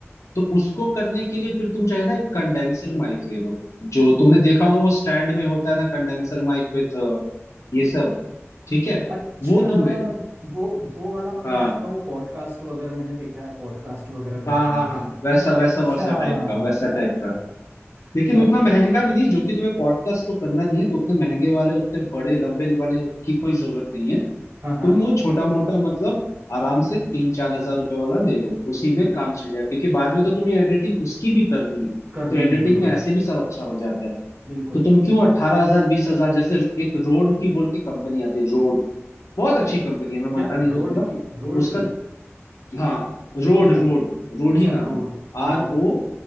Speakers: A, on the left; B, on the right.
A: तो उसको करने के लिए फिर तुम चाहे ना एक कंडेंसर माइक ले लो जो तुमने देखा होगा वो स्टैंड में होता है ना कंडेंसर माइक विद ये सब ठीक है
B: अच्छा
A: वो तुम ले लो
B: वो वो वाला मतलब
A: हाँ
B: जिसमें वो पॉडकास्ट वगैरह मैंने देखा है पॉडकास्ट वगैरह करते
A: हाँ
B: हैं
A: हाँ
B: जिसमें
A: हाँ वैसा
B: अच्छा
A: वैसा वैसा टाइप का वैसा
B: अच्छा
A: टाइप का लेकिन
B: यार
A: उतना महंगा भी नहीं जो कि तुम्हें पॉडकास्ट तो करना नहीं है तो उतने महंगे वाले उतने बड़े लंबे वाले की कोई जरूरत नहीं है
B: हाँ हाँ
A: तुम वो छोटा मोटा मतलब आराम से तीन चार हजार रुपए वाला ले लो उसी में काम चल जाएगा क्योंकि बाद में तो तुम्हें एडिटिंग उसकी भी करनी है
B: करनी
A: तो एडिटिंग
B: है बिल्कुल
A: में ऐसे भी सब अच्छा हो जाता है
B: बिल्कुल
A: तो तुम क्यों अट्ठारह हजार बीस हजार जैसे एक रोड की बोल के कंपनी आती है रोड बहुत अच्छी
B: क्या,
A: कंपनी है मैं
B: क्या
A: मना नहीं
B: रोड
A: करूंगा
B: की रोड
A: उसका
B: की
A: हाँ रोड
B: अच्छा
A: रोड रोड
B: अच्छा
A: ही नाम
B: रोड
A: है
B: हम्म
A: R
B: हम्म,
A: O